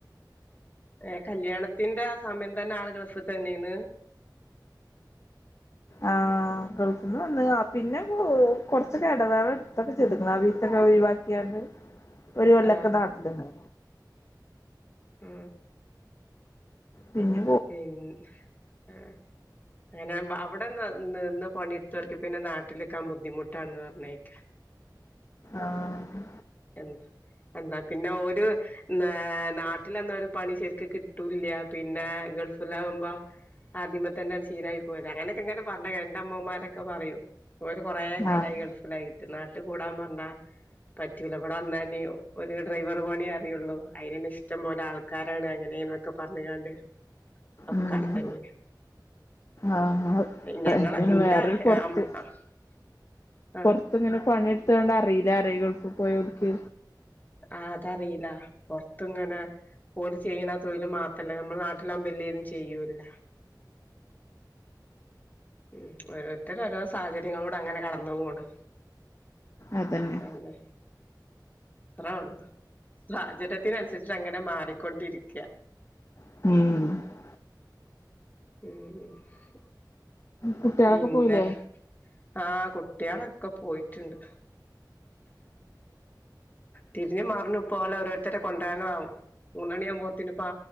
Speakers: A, on the left; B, on the left.
A: ഏ കല്യാണത്തിന്റെ സമയം തന്നെ ആളു ഗൾഫ് തന്നെന്ന്?
B: ആ ഗൾഫ്ന്ന് വന്നയ പിന്നെ കുറച്ചൊക്കെ എടവേള എടുത്തൊക്കെ ചെയ്ത്ക്കണ് ആ വീസൊക്കെ ഒഴിവാക്കിയാണ്ട്. ഒരു കൊല്ലക്ക
A: ആഹ്
B: നാട്ടില്ന്നെനു.
A: മ്.
B: പിന്നെ പോ
A: പിൻ ആ. അങ്ങനെ അവിടെന്ന് നിന്ന് പണിയെടുത്തവർക്ക് പിന്നെ നാട്ടിലിക്കാൻ ബുദ്ധിമുട്ടാണന്ന് പറഞ്ഞേക്കാ.
B: ആഹ്
A: എന്താ എന്താ പിന്നെ ഓര് ന്നാ നാട്ടിലന്നാ ഒരു പണി ശര്ക്ക് കിട്ടൂല്ല. പിന്നെ ഗൾഫിലാവ്മ്പം ആദ്യമേ തന്നാണ് ശീലായി പോയത് അങ്ങനൊക്കെ എങ്ങനെ പർഞ്ഞ രണ്ട അമ്മോമാരൊക്കെ പറയും. ഒരു കൊറെ കാലായി
B: ആഹ്
A: ഗൾഫിലായിട്ട് നാട്ട് കൂടാൻ പർഞ്ഞാ പറ്റൂല. ഇവിടെ വന്നാ ഞ് ഒര് ഡ്രൈവർ പണി അറിയുള്ളൂ. അയ്നെന്നെ ഇഷ്ടം പോലെ ആൾക്കാരാണ് അങ്ങനെ ന്നൊക്കെ ഒക്കെ പർഞ്ഞ് കാണ്ട് ഒക്ക
B: ഉം
A: അടത്തന്നെ
B: ആഹ്
A: ഞങ്ങളെ
B: അയ്ന്
A: ഇന്റെ
B: വേറൊരു
A: അ
B: പൊറത്ത് പ്പങ്ങനെ പണി ഇട്ത്ത്ക്കാണ്ട് അറീല്ലാറ്യേ ഈ ഗൾഫ് പോയോൽക്ക്.
A: ആ അത അറീല്ല. പൊർത്ത് ഇങ്ങനെ ഓല് ചെയ്യണ തൊഴിൽ മാത്രല്ല. നമ്മള നാട്ടിലാവ്മ്പം എല്ലേതും ചെയ്യൂല്ല. ഉം ഓരോരുത്തരോരോ സാഹചര്യങ്ങളൂ ടെ അങ്ങനെ കടന്നു പോണ്.
B: അതന്നെ
A: എത്ത പിന്നെ അത്രേ ഒള്ളൂ സാഹചര്യത്തിനൻസരിച്ച് അങ്ങനെ മാറിക്കൊണ്ടിരിക്ക
B: ഉം
A: ഉം
B: കുട്ടികളൊക്കെ
A: പിന്നെ
B: പോയില്ലേ
A: ആ കുട്ട്യാളൊക്കെ പോയിട്ട്ണ്ട്. തിര്ഞ്ഞും മർഞ്ഞും പ്പൊ ഓലെ ഓരോരുത്തരെ കൊണ്ട്രാനാകും. മൂന്നണിയാമ്പോത്തിനിപ്പാ